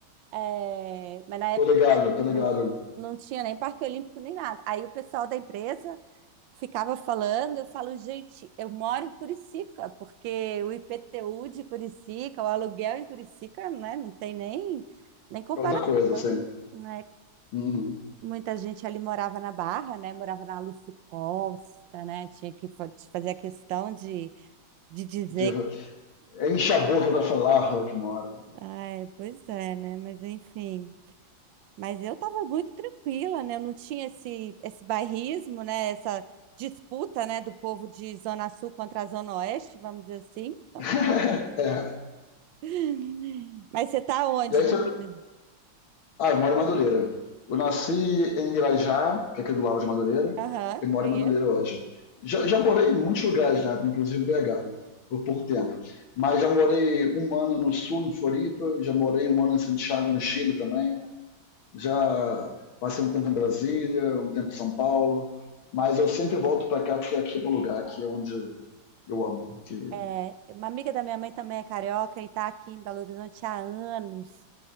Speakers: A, on the right; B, on the left.
A: É, mas na época
B: Tô ligado,
A: não,
B: tô ligado.
A: não, não tinha nem Parque Olímpico nem nada. Aí o pessoal da empresa ficava falando, eu falo, gente, eu moro em Curicica, porque o IPTU de Curicica, o aluguel em Curicica, né, não tem nem, nem comparação,
B: É outra coisa, sim.
A: né?
B: Uhum.
A: Muita gente ali morava na Barra, né? Morava na Lúcio Costa, né? Tinha que fa- fazer a questão de, de dizer
B: De-
A: que
B: É enche a boca pra falar, Rock mora.
A: Ai, pois é, né? Mas enfim. Mas eu tava muito tranquila, né? Eu não tinha esse, esse bairrismo, né? Essa disputa, né? Do povo de Zona Sul contra a Zona Oeste, vamos dizer assim. Então,
B: <laughs> é.
A: <laughs> Mas você tá onde
B: E aí
A: no
B: você
A: Rio?
B: Ah, eu moro em Madureira. Eu nasci em Irajá, que é aqui do lado de Madureira,
A: Aham,
B: e moro
A: conheço.
B: em Madureira hoje. Já, já morei em muitos lugares, né? Inclusive em BH, né? Por pouco tempo. Mas já morei um ano no sul, em Floripa, já morei um ano em Santiago, no Chile também. Já passei um tempo em Brasília, um tempo em São Paulo. Mas eu sempre volto pra cá porque aqui é meu lugar, aqui é onde eu amo. Que...
A: É, uma amiga da minha mãe também é carioca e tá aqui em Belo Horizonte há anos.